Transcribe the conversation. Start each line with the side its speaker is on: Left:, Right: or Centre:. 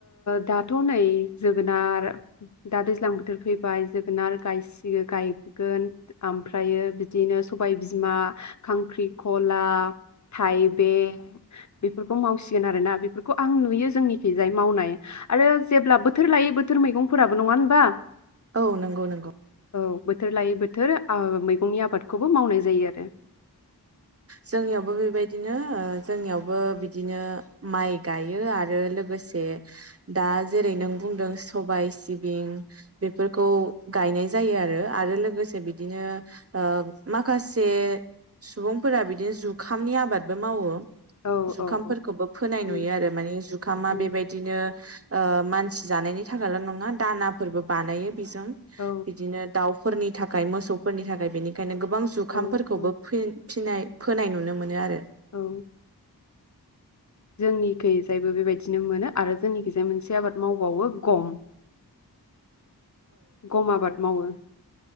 Left: दाथ' नै जोगोनार दा दैज्लां बोथोर फैबाय जोगोनार गायसि-गायसिगोन गायगोन ओमफ्रायो बिदिनो सबाय बिमा, खांख्रिखला थाइबें बेफोरखौ मावसिगोन आरोना बे फोरखौ आं नुयो जोंनिखैजाय मावनाय आरो जेब्ला बोथोर लायै बोथोर मैगंफोराबो नङा होनबा?
Right: औ नंगौ नंगौ
Left: औ बोथोर लायै बोथोर ओ मैगंनि आबादखौबो मावनाय जायो आरो।
Right: जोंनियावबो बेबायदिनो ओ जोंनियावबो बिदिनो माइ गायो आरो लोगोसे दा जेरै नों बुंदों सबाय सिबिं बेफोरखौ गायनाय जायो आरो। आरो लोगोसे बिदिनो ओ माखासे सुबुं फोरा बिदिनो जुखामनि आबादबो मावो।
Left: औ
Right: जुखामफोरखौबो
Left: औ औ
Right: फोनाय
Left: उम
Right: नुयो आरो माने जुखामा
Left: उम
Right: बेबायदिनो ओ मानसि जानायनि थाखायल' नङा दानाफोरबो बानायो बिजों
Left: औ
Right: बिदिनो दाउ फोरनि थाखाय मोसौफोरनि थाखाय बेनिखायनो गोब गोबां जुखामफोरखौबो
Left: औ औ
Right: फो फिनाय फोनाय नुनो मोनो आरो।
Left: औ जोंनिखैजायबो बेबायदिनो मोनो आरो जोंनिखैजाय मोनसे आबाद मावबावो गम। गम आबाद मावो।